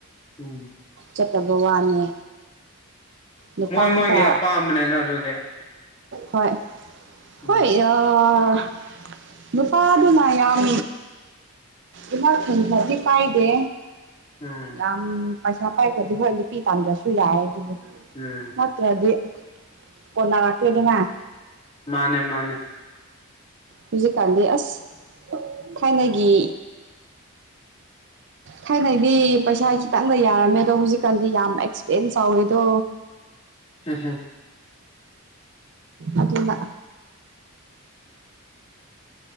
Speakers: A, on the left; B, on the right.
A: ꯎꯝ
B: ꯆꯠꯇꯕ ꯋꯥꯅꯦ ꯅꯨꯄꯥ
A: ꯃꯣꯏ
B: ꯈꯛꯇ
A: ꯃꯣꯏꯒꯤ ꯑꯄꯥꯝꯕꯅꯦꯗ ꯑꯗꯨꯗꯤ
B: ꯍꯣꯏ
A: ꯎꯝ
B: ꯍꯣꯏ ꯑꯥꯑꯥ ꯅꯨꯄꯥꯗꯨꯅ ꯌꯥꯝ ꯢꯃꯥ ꯈꯨꯟꯊꯥꯕꯤ ꯄꯥꯏꯗꯦ
A: ꯎꯝ
B: ꯌꯥꯝ ꯄꯩꯁꯥ ꯄꯥꯏꯈꯔꯥꯗꯤ ꯍꯣꯏ ꯅꯨꯄꯤ ꯇꯥꯟꯗ꯭ꯔꯁꯨ ꯌꯥꯏ ꯑꯗꯨꯕꯨ
A: ꯎꯝ
B: ꯅꯠꯇ꯭ꯔꯗꯤ ꯀꯣꯟꯅꯔꯛꯇꯦꯗꯅ
A: ꯃꯥꯅꯦ ꯃꯥꯅꯦ
B: ꯍꯧꯖꯤꯛꯀꯥꯟꯗꯤ ꯑꯁ ꯊꯥꯏꯅꯒꯤ ꯊꯥꯏꯅꯩꯗꯤ ꯄꯩꯁꯥ ꯈꯤꯇꯪꯅ ꯌꯥꯔꯝꯃꯦ ꯑꯗꯣ ꯍꯧꯖꯤꯛꯀꯥꯟꯗꯤ ꯌꯥꯝ ꯑꯦꯛꯁꯄꯦꯟꯁ ꯆꯥꯎꯋꯦꯗꯣ
A: ꯍꯨꯝ ꯍꯨꯝ
B: ꯑꯗꯨꯅꯥ